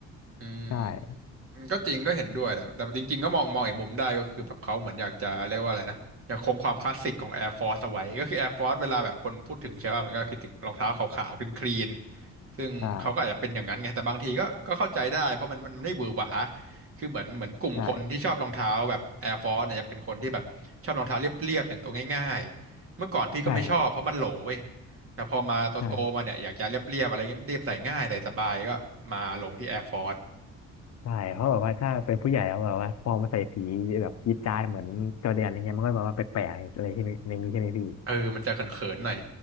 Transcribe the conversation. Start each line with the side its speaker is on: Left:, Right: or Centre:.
Right: อืม
Left: ใช่
Right: อืมก็จริงก็เห็นด้วยแต่แต่จริงๆก็มองมองอีกมุมได้ก็คือแบบเขาเหมือนอยากจะเรียกว่าอะไรนะอยากคงความคลาสสิกของ Air Force เอาไว้ก็คือ Air Force เวลาแบบคนพูดถึงใช่ป่ะมันก็คิดถึงรองเท้าขาวๆคลีนๆซึ่งเขาก็อาจจะเป็นอย่างนั้นไงแต่บางทีก็ก็เข้าใจได้เพราะมันมันมันไม่หวือหวา
Left: ใช่
Right: คือเหมือนเหมือนกลุ่มคนที่ชอบรองเท้าแบบ
Left: ใช่
Right: Air Force เนี่ยจะเป็นคนที่แบบชอบรองเท้าเรียบๆอย่างตัวง่ายๆเมื่อก่อนพี่ก็ไม่ชอบเพราะมันโหลเว้ย
Left: ใช่ครับ
Right: แต่พอมาโตๆมาเนี่ยอยากจะเรียบๆอะไรเงี้ยเรียบใส่ง่ายใส่สบายก็มาลงที่
Left: ใช่
Right: Air Force
Left: ใช่เพราะแบบว่าถ้าเป็นผู้ใหญ่แล้วแบบว่าพอมาใส่สีแบบจี๊ดจ๊าดเหมือนจอร์แดนอะไรเงี้ยมันก็แบบว่าแปลกๆอะไรที่ในนี้ใช่ไหมพี่
Right: เออมันจะเขินๆหน่อย